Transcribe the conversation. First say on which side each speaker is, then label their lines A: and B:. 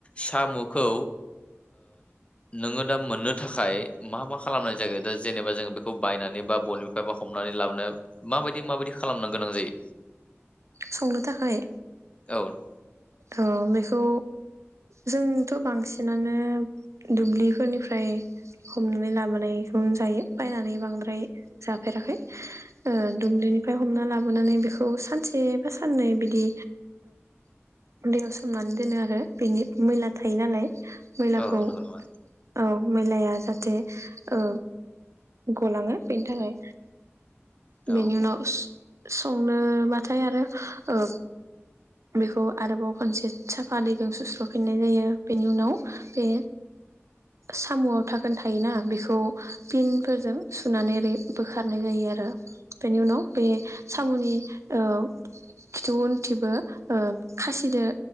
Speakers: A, on the left; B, on the right.
A: साम'खौ नोङो दा मोननो थाखाय मा मा खालामनाय जायो दा जेनेबा जोङो बेखौ बायनानै बा बनिफ्राय बा हमनानै लाबोनो माबायदि माबायदि खालामनो गोनां जायो।
B: संनो थाखाय
A: औ।
B: औ बेखौ जोंथ' बांसिनानो दुब्लिफोरनिफ्राय हमनानै लाबोनायखौनो जायो। बायनानै बांद्राय जाफेराखै ओ दुब्लिनिफ्राय हमना लाबो नानै बेखौ सानसे बा साननै बिदि उन्दैयाव सोमनानै दोनो आरो बेनि मैला थायो नालाय। मैलाखौ
A: औ नंगौ नामा?
B: औ। मैलाया जाहाथे ओ गलाङो बेनि थाखाय
A: औ
B: बेनि उनाव संनोबाथाय आरो ओ बेखौ आरोबाव खनसे साफा दैजों सुस्रफिननाय जायो बेनि उनाव बे सामुआव धाखोन थायोना बेखौ फिनफोरजों सुनानै ओरै बोखारनाय जायो आरो बेनि उनाव बे सामुनि ओ खिथु उन्थिबो ओ खासिदो